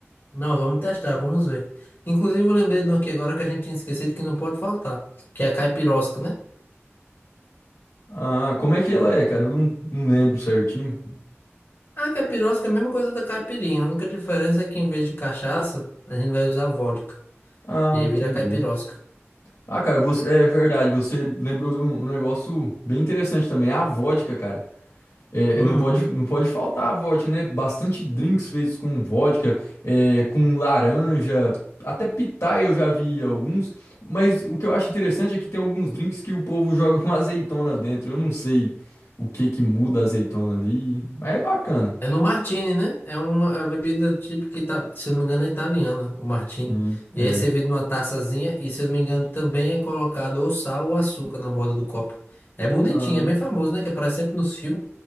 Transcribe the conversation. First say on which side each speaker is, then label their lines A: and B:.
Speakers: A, on the left (about 45°); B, on the left (about 75°).
A: Não, vamos testar, vamos ver. Inclusive, eu lembrei de um aqui agora que a gente tinha esquecido que não pode faltar, que é a caipirosca, né?
B: Ah, como é que ela é, cara? Eu não, não lembro certinho.
A: A capirosca é a mesma coisa da caipirinha. A única diferença é que em vez de cachaça, a gente vai usar vodka.
B: Ah,
A: E aí
B: entendi.
A: vira capirosca.
B: Ah, cara, você, é verdade, você lembrou de um, um negócio bem interessante também, a vodka, cara. É,
A: Uhum.
B: é, não pode, não pode faltar a vodka, né? Bastante drinks feitos com vodka, é, com laranja, até pitaia eu já vi alguns. Mas o que eu acho interessante é que tem alguns drinks que o povo joga uma <laughs> azeitona dentro. Eu não sei o que que muda a azeitona ali, mas é bacana.
A: É no martini, né? É uma, é uma bebida típica, ita- se eu não me engano, é italiana, o martini.
B: Sim, é.
A: E aí é servido numa taçazinha e, se eu não me engano, também é colocado ou sal ou açúcar na borda do copo. É bonitinho,
B: Ah,
A: é bem famoso, né? Que aparece sempre nos filmes.